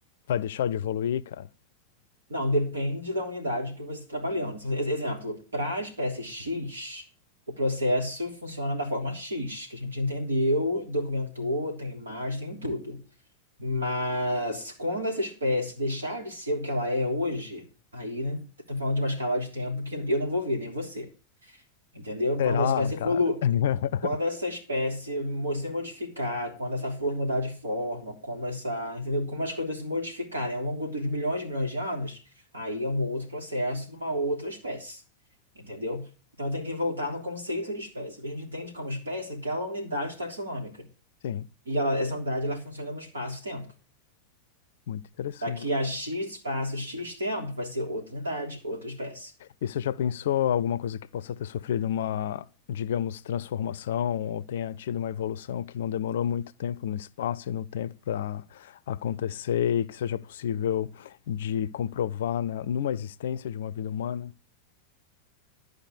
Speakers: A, on the left; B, on the right.
A: vai deixar de evoluir, cara?
B: Não, depende da unidade que você está trabalhando. Então, ex- Exemplo, para a espécie X, o processo funciona da forma X, que a gente entendeu, documentou, tem imagem, tem tudo. Mas quando essa espécie deixar de ser o que ela é hoje, aí né, tô falando de uma escala de tempo que eu não vou ver, nem você. Entendeu?
A: Será,
B: Quando a espécie evolu...
A: cara? <laughs>
B: quando essa espécie mo- se modificar, quando essa flor mudar de forma, como essa, entendeu? Como as coisas se modificarem ao longo dos milhões e milhões de anos, aí é um outro processo numa outra espécie. Entendeu? Então tem que voltar no conceito de espécie. O que a gente entende como espécie é aquela unidade taxonômica.
A: Sim,
B: E ela, essa unidade ela funciona no espaço-tempo.
A: muito interessante.
B: Daqui a X espaço, X tempo, vai ser outra unidade, outra espécie.
A: E você já pensou alguma coisa que possa ter sofrido uma, digamos, transformação ou tenha tido uma evolução que não demorou muito tempo no espaço e no tempo para acontecer e que seja possível de comprovar na, numa existência de uma vida humana?